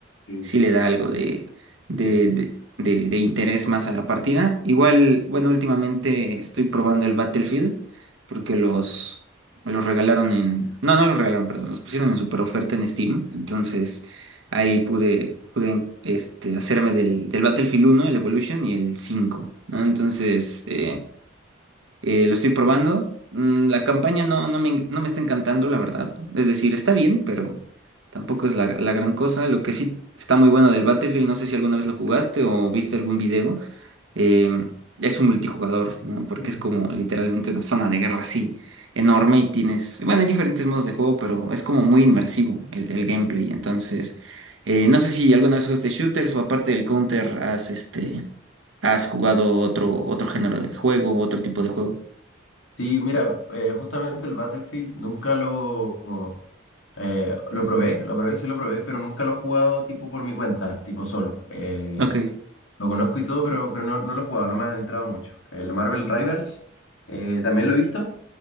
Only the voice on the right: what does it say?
sí le da algo de, de,
de, de- de interés más a la partida. Igual, bueno, últimamente estoy probando el Battlefield porque los, los regalaron en... No, no los regalaron, perdón, los pusieron en super oferta en Steam. Entonces ahí pude, pude este, hacerme del, del Battlefield uno el Evolution y el 5 ¿no? Entonces... eh, eh, lo estoy probando. Mm, la campaña no, no me, en- no me está encantando, la verdad. Es decir, está bien, pero tampoco es la, la gran cosa. Lo que sí está muy bueno del Battlefield, no sé si alguna vez lo jugaste o viste algún video, eh, es un multijugador, ¿no? Porque
es como literalmente una zona de guerra así enorme y tienes, bueno, hay diferentes modos de juego, pero es como muy inmersivo el, el gameplay. Entonces, eh, no sé si alguna vez jugaste shooters o aparte del Counter has, este, has jugado otro, otro género de juego, otro tipo de juego.
Ok,